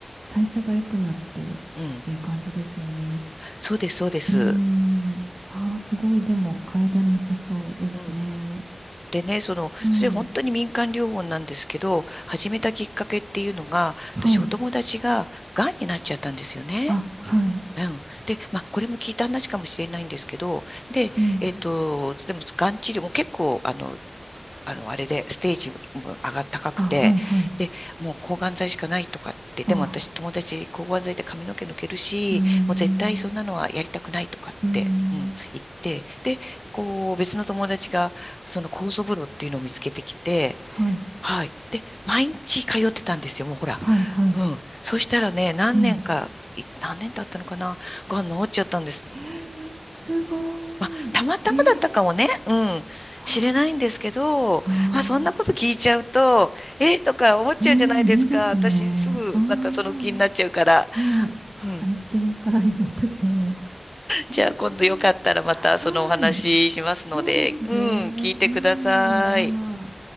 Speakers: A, on the right; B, on the left.
A: 代謝が良くなってっていう感じですよね。
B: うん。そうです、そうです。
A: うーん。ああ、すごい。でも、体に良さそうですね。
B: うん。でね、その、
A: うん。
B: それ本当に民間療法なんですけど、始めたきっかけっていうのが、
A: はい。
B: 私お友達が癌になっちゃったんですよね。
A: あ、はい。
B: うん。で、まあ、これも聞いた話かもしれないんですけど、で、
A: うん。
B: えっと、でも、がん治療も結構、あの、あの、あれで、ステージも上が高くて、
A: あ、はい、はい。
B: で、もう抗がん剤しかないとかって、でも私友達抗がん剤で髪の毛抜けるし、
A: ああ。うーん。
B: もう絶対そんなのはやりたくないとかって、
A: うーん。
B: うん、言って、で、こう、別の友達が、その酵素風呂っていうのを見つけてきて、
A: はい。
B: はい。で、毎日通ってたんですよ、もうほら。
A: はい、はい。
B: うん。そしたらね、何年か、
A: うん。
B: い何年経ったのかながん治っちゃったんです
A: えー、すごい。
B: まあ、たまたまだったかもね。
A: えー、
B: うん。
A: は
B: 知れないんですけど、
A: ああ
B: まあ、そんなこと聞いちゃうと、えーとか思っちゃうじゃないですか。
A: ー。うん、いいですね。
B: 私、すぐ、
A: ああ。
B: なんかその気になっちゃうから。
A: はい。はい、
B: うん。
A: 行ってみたい、<laughs> 私も。えー、
B: じゃあ、今度よかったらまたそのお話ししますので、
A: はい。そうですね。
B: うん、聞いてください。
A: うん。あ